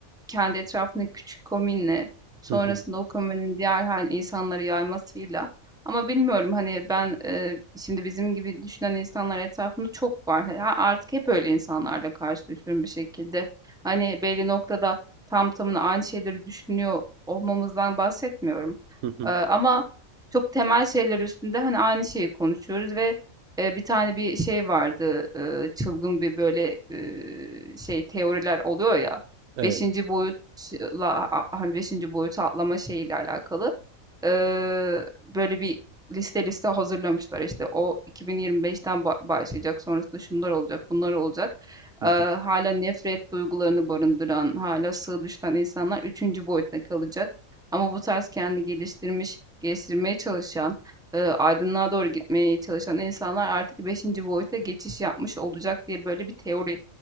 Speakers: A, in the centre; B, on the right.
A: kendi etrafındaki küçük komünle, sonrasında
B: Hı hı.
A: o komünün diğer hani insanları yaymasıyla. Ama bilmiyorum hani ben e, şimdi bizim gibi düşünen insanlar etrafında çok var. Ha- Artık hep öyle insanlarla karşılaşıyorum bir şekilde. Hani belli noktada tam tamına aynı şeyleri düşünüyor olmamızdan bahsetmiyorum.
B: Hı hı.
A: E, ama çok temel şeyler üstünde hani aynı şeyi konuşuyoruz ve e, bir tane bir şey vardı e, çılgın bir böyle e, şey teoriler oluyor ya
B: Evet.
A: Beşinci boyutla a- hani beşinci boyutu atlama şeyiyle alakalı eee, böyle bir liste liste hazırlamışlar. İşte o 2025'ten ba- başlayacak, sonrasında şunlar olacak, bunlar olacak.
B: Hı
A: Eee,
B: hı.
A: hala nefret duygularını barındıran, hala sığ düşten insanlar üçüncü boyutta kalacak. Ama bu tarz kendi geliştirmiş, geliştirmeye çalışan, eee, aydınlığa doğru gitmeye çalışan insanlar artık beşinci boyuta geçiş yapmış olacak diye böyle bir teori